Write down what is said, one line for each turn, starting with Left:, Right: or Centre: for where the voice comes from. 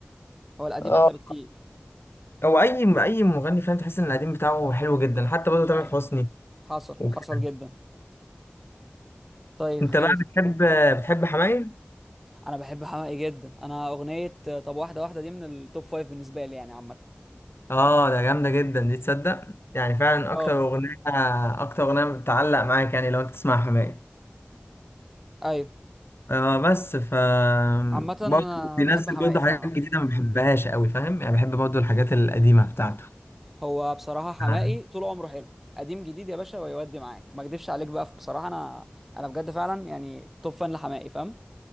Centre: هو القديم
Left: اه
Centre: أحلى بكتير
Left: او اي اي مغني فاهم تحس ان القديم بتاعه حلو جدا حتى
Centre: دي
Left: برضه تامر
Centre: حقيقة
Left: حسني
Centre: حصل
Left: وكده.
Centre: حصل جدا طيب
Left: انت
Centre: خير
Left: بقى بتحب بتحب حماية
Centre: أنا بحب حماقي جدا أنا أغنية آه، طب واحدة واحدة دي من التوب فايف بالنسبة لي يعني عامة
Left: اه ده جامده جدا دي تصدق يعني فعلا
Centre: اه
Left: اكتر اغنيه اكتر اغنيه بتعلق معاك يعني لو انت تسمع حماية
Centre: أيوه
Left: اه بس ف
Centre: عامة أنا
Left: برضه بينزل
Centre: بحب حماقي
Left: برضه
Centre: فعلا
Left: حاجات
Centre: آه.
Left: جديدة ما بحبهاش قوي فاهم يعني بحب برضه الحاجات القديمة بتاعته
Centre: هو بصراحة حماقي
Left: اه
Centre: طول عمره حلو قديم جديد يا باشا ويودي معاك ما أكدبش عليك بقى بصراحة أنا أنا بجد فعلا يعني توب فان لحماقي فاهم